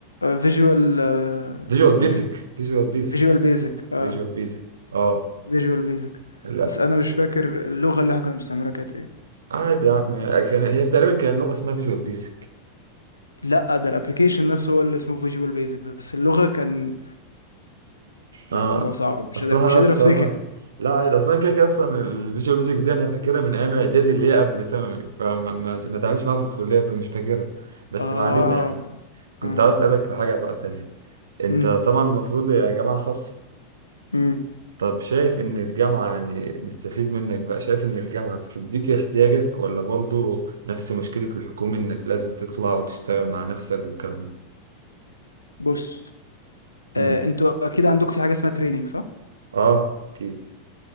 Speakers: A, on the left; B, on the right.
A: فيجوال
B: فيجوال
A: اسمه
B: بيزك
A: ايه
B: فيجوال بيزك
A: فيجوال بيزك اه
B: فيجوال بيزك اه
A: فيجوال بيزك
B: لا
A: بس أنا مش فاكر اللغة اللي احنا كنا بنستعملها كانت ايه
B: عادي يا عم كان هي تقريبا كان لغة اسمها فيجوال بيزك
A: لا ده الابلكيشن نفسه هو اللي اسمه فيجوال بيزك بس اللغة كان
B: اه
A: لا الموضوع صعب مش
B: اصلها
A: قادر مش
B: لا
A: قادر
B: بصراحه
A: افتكر
B: لا عادي اصلا كده كده اصلا الفيجوال بيزك دي انا فاكرها من ايام اعدادي اللي هي قبل ثانوي فما ما ما اتعاملتش معاها في الكليه فمش فاكرها بس
A: اه
B: ما علينا يعني كنت
A: اه
B: عايز اسالك في حاجه بقى تانية انت
A: امم
B: طبعا المفروض يا جامعه خاصه
A: امم
B: طب شايف ان الجامعه يعني نستفيد منك بقى شايف ان الجامعه بتديك احتياجك ولا برضو نفس مشكله الحكومه انك لازم تطلع وتشتغل مع نفسك والكلام ده
A: بص
B: امم
A: آه. انتوا اكيد عندكم في حاجة اسمها تريننج صح
B: اه اكيد